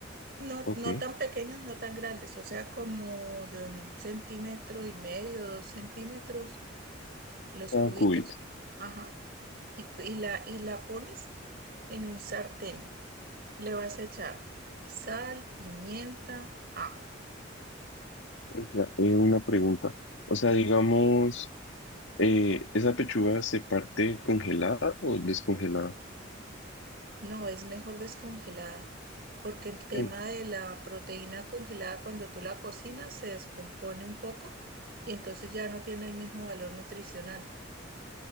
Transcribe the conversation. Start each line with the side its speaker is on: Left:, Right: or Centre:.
Right: No,
Left: Ok.
Right: no tan pequeños, no tan grandes, o sea, como de un centímetro y medio, dos centímetros, los
Left: Ah,
Right: cubitos,
Left: cubito.
Right: ajá, y, cu- y la, y la pones en un sartén. Le vas a echar sal, pimienta, ajo.
Left: Espera, eh, una pregunta. O sea, digamos, eh, ¿esa pechuga se parte congelada o descongelada?
Right: No, es mejor descongelada, porque el tema
Left: Sí.
Right: de la proteína congelada cuando tú la cocinas se descompone un poco y entonces ya no tiene el mismo valor nutricional.